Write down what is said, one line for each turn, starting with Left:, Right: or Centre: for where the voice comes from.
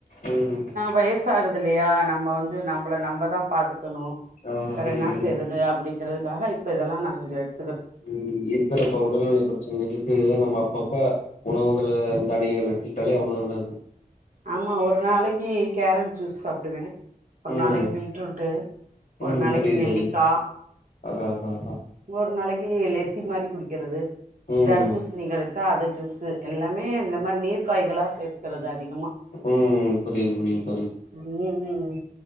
Left: உம்
Right: வயசாகுது இல்லையா நம்ம வந்து நம்மள நம்ம தான் பாதுக்கணும்
Left: ஆமா
Right: வேற
Left: தோழி
Right: என்ன
Left: கண்டிப்பா
Right: செய்றது அப்படிங்கறதுக்காக இப்ப இதெல்லாம் நான் கொஞ்சம் எடுத்து
Left: உம் இருக்குறப்ப உடல்நிலை பிரச்சனைக்கு இது நம்ம அப்பப்ப உணவுகளை தனியங்கள் எடுத்துக்கிட்டாலே அவ்வளவு நல்லது
Right: ஆமா ஒரு நாளைக்கு கேரட் ஜூஸ் சாப்பிடுவேன் ஒரு
Left: ம்
Right: நாளைக்கு பீட்ரூட்டு ஒரு
Left: ம்
Right: நாளைக்கு
Left: புரியுது
Right: நெல்லிக்கா
Left: தோழி அதா அதா அதா
Right: ஒரு நாளைக்கு லெசி மாரி குடிக்கிறது
Left: ம்
Right: தர்பூசணி கிடைச்சா அத ஜூஸு எல்லாமே இந்த மாதிரி நீர் காய்களா சேர்கிறது அதிகமாக
Left: ம் புரியுது புரியுது தோழி
Right: உம் உம்